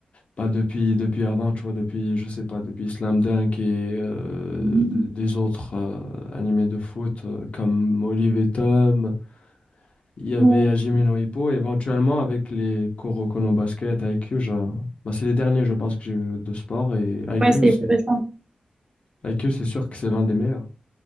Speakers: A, on the left (about 45°); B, on the right (about 25°).
A: Pas depuis, depuis avant, tu vois, depuis, je sais pas, depuis Slam Dunk et euh,
B: Mm.
A: les autres euh, animés de foot euh, comme Olive et Tom, il y avait
B: Ouais,
A: Hajime no Ippo, éventuellement avec les Kuroko no Basket, IQ, je- bah, c'est les derniers, je pense, que j'ai vu de sport, et IQ,
B: Ouais, c'est
A: c'est
B: plus simple.
A: IQ, c'est sûr que c'est l'un des meilleurs.